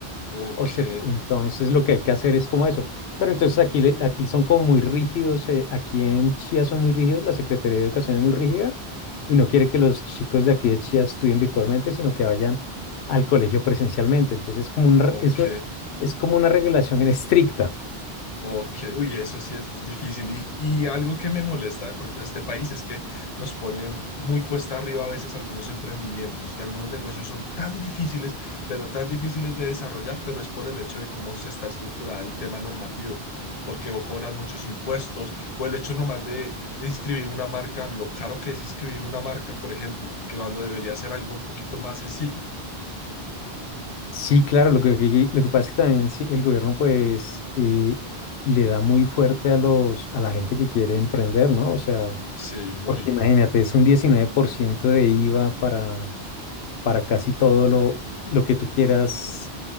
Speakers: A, on the left; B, on the left.
A: Ok.
B: O se- entonces lo que hay que hacer es como eso. Pero entonces aquí, le- aquí son como muy rígidos, eh, aquí en Chía son muy rígidos, la Secretaría de Educación es muy rígida y no quiere que los chicos de aquí de Chía estudien virtualmente, sino que vayan al colegio presencialmente. Entonces es como un
A: Ok.
B: re- es, una- es como una regulación en estricta.
A: Ok, uy, eso sí es difícil. Y, y algo que me molesta de pronto de este país es que nos pone muy cuesta arriba a veces algunos emprendimientos y algunos negocios son tan difíciles, pero tan difíciles de desarrollar, pero es por el hecho de cómo se está estructurado el tema normativo, porque o cobran muchos impuestos o el hecho nomás de inscribir una marca, lo caro que es inscribir una marca, por ejemplo, que cuando debería ser algo un poquito más sencillo.
B: Sí, claro, lo que, que- lo que pasa es que también sí, el gobierno pues eh, le da muy fuerte a los, a la gente que quiere emprender, ¿no? O sea,
A: Sí, muy.
B: porque imagínate, es un 19% de IVA para para casi todo lo, lo que tú quieras